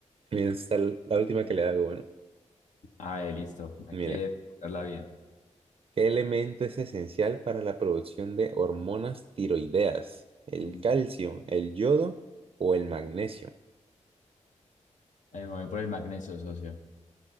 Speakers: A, on the right; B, on the left.
A: Bien, esta es la última que le hago, bueno.
B: Ah, eh, listo. Hay
A: Mira,
B: que darla bien.
A: ¿qué elemento es esencial para la producción de hormonas tiroideas? ¿El
B: Mm.
A: calcio, el yodo o el magnesio?
B: Eh, me voy por el magnesio, socio.